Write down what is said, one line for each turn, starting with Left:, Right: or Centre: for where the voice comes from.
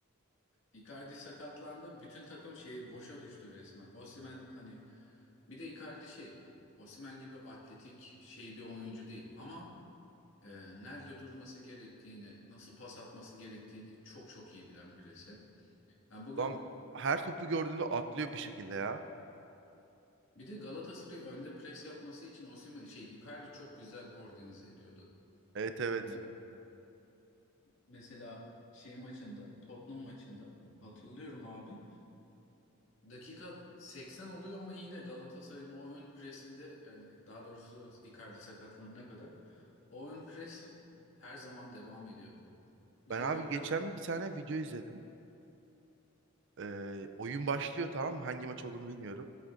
Left: Icardi sakatlandı. Bütün takım şeyi boşa düştü resmen. Osimhen hani bir de Icardi şey Osimhen gibi atletik şey bir oyuncu değil ama e, nerede durması gerektiğini, nasıl pas atması gerektiğini çok çok iyi bilen birisi. Yani bugün
Right: Adam her topu gördüğünde atlıyor bir şekilde ya.
Left: bir de Galatasaray'ı önde pres yapması için Osimhen şey Icardi çok güzel organize ediyordu.
Right: Evet evet.
Left: Hani mesela şey maçında, Tottenham maçında hatırlıyorum abi. Dakika 80 oluyor ama yine Galatasaray'ın o ön presinde yani daha doğrusu Icardi sakatlanana kadar o ön pres her zaman devam ediyordu. Biz
Right: Ben
Left: o
Right: abi
Left: gün biraz
Right: geçen bir tane video izledim. Ee, oyun başlıyor tamam mı? Hangi maç olduğunu bilmiyorum.